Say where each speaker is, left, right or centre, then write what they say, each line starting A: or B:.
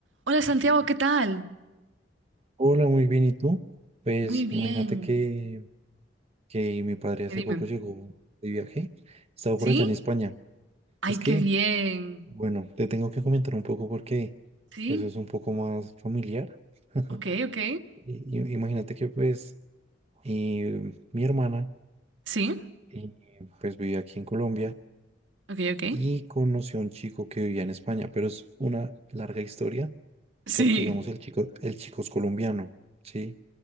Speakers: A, on the right; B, on the right.
A: Hola Santiago, ¿qué tal?
B: Hola, muy bien. ¿Y tú? Pues
A: Muy bien.
B: imagínate que, que mi padre hace
A: Dime,
B: poco
A: dime.
B: llegó de viaje. Estaba
A: ¿Sí?
B: por allá en España.
A: Ay,
B: Es que,
A: qué bien.
B: bueno, te tengo que comentar un poco porque
A: ¿Sí?
B: eso es un poco más familiar. <laughs>
A: Ok, ok.
B: Y- y- Imagínate que pues eh, mi hermana
A: ¿Sí?
B: eh, pues vivía aquí en Colombia
A: Ok, ok.
B: y conoció a un chico que vivía en España, pero es una larga historia
A: Sí.
B: porque digamos el chico, el chico es colombiano, ¿sí?